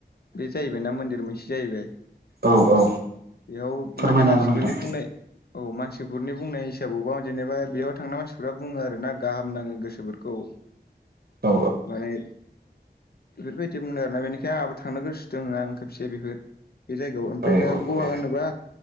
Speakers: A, on the left (about 65°); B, on the right (about 60°).
A: बे जाहैबाय ना मन्दिर मोनसे जाहैबाय।
B: औ औ
A: बेयाव
B: फोरमायनो
A: माने मानसिफोरनि
B: हागोन नोंथां
A: बुंनाय औ मानसिफोरनि बुंनाय हिसाबावबा जेनेबा बेयाव थांना मानसिफ्रा बुङो आरोना गाहाम नाङो गोसोफोरखौ।
B: औ
A: माने बेफोरबायदि बुंदों आरोना बेनिखाय आंहाबो थांनो गोसो दोङो आं खेबसे बेखो बे जायगायाव। ओमफ्राय
B: औ
A: जों गवा
B: औ
A: होनोबा